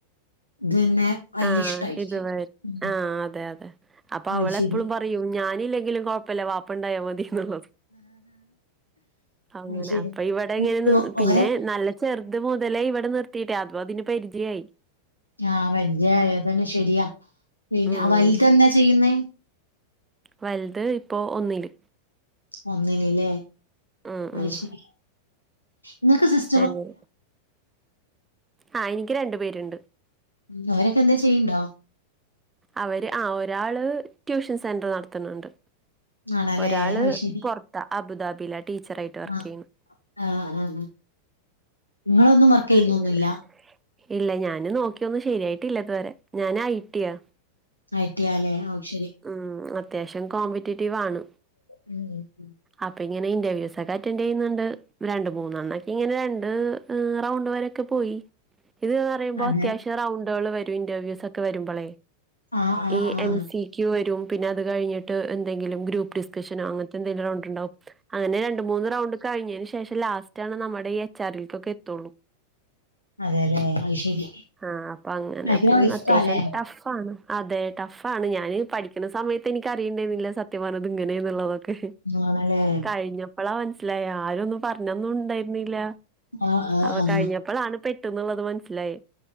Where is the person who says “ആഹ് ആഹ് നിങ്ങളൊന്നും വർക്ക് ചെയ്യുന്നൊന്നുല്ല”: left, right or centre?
Left